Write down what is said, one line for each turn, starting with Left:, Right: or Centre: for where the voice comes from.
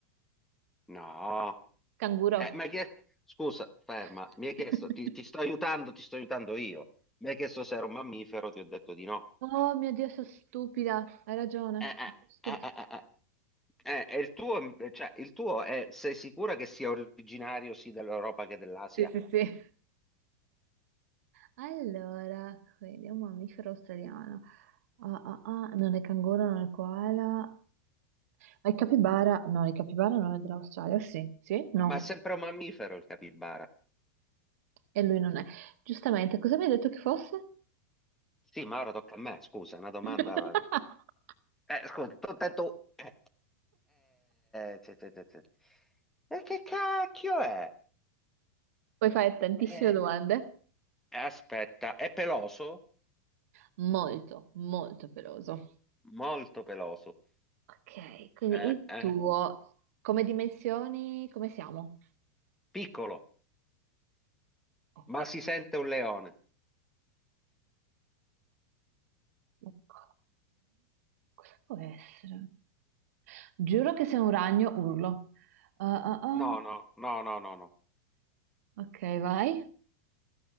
Centre: No.
Right: Canguro.
Centre: Eh, mi hai chiesto... Scusa, ferma,
Right: <laughs>
Centre: mi hai chiesto, ti, ti sto aiutando, ti sto aiutando io. Mi hai chiesto se era un mammifero, ti ho detto di no.
Right: Oh mio Dio, sono stupida. Hai ragione.
Centre: Eh, eh,
Right: Stupida.
Centre: eh, eh, eh, eh. Eh, e il tuo, eh, cioè, il tuo è, sei sicura che sia originario sì dell'Europa che dell'Asia?
Right: Sì, sì, sì. Allora, quindi è un mammifero australiano. Ah, ah, ah, non è canguro, non è koala. i capibara, no, i capibara non è dell'Australia, sì, sì, no,
Centre: Ma è sempre un mammifero il capibara.
Right: e lui non è. Giustamente, cosa mi hai detto che fosse?
Centre: Sì, ma ora tocca a me, scusa, è una domanda...
Right: <laughs> Mannaggia.
Centre: Eh, scusa, tu, te, tu... Eh, eh, te- te- te- te. E che cacchio è?
Right: Puoi fare tantissime
Centre: Eh,
Right: domande.
Centre: aspetta, è peloso?
Right: Molto, molto peloso.
Centre: Molto peloso.
Right: Ok, quindi
Centre: Eh,
Right: il
Centre: eh.
Right: tuo, come dimensioni, come siamo?
Centre: Piccolo,
Right: Ok,
Centre: ma si sente un leone.
Right: ok, cosa può essere? Giuro che se un ragno urlo. Ah, ah, ah.
Centre: No, no, no, no, no, no.
Right: Ok, vai.